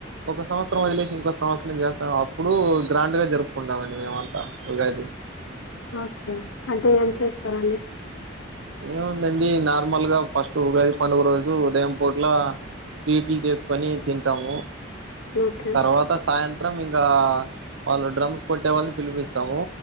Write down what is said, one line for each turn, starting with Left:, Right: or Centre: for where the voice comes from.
Right: ఒక సంవత్సరం వదిలేసి ఇంకస్త సంవత్సరం చేస్తాం అప్పుడు గ్రాండ్ గా జరుపుకుంటామండి మేమంతా ఉగాడిది
Left: ఓకే అంటే ఏం చేస్తారాండి
Right: ఏముందండి నార్మల్ గా ఫస్ట్ ఉగాది పండుగ రోజు ఉదయం పూట్ల స్వీట్లు చేసుకొని తింటాము
Left: ఓకే
Right: తర్వాత సాయంత్రం ఇంకా వాళ్ళు డ్రమ్స్ కొట్టే వాళ్ళని పిలిపిస్తాము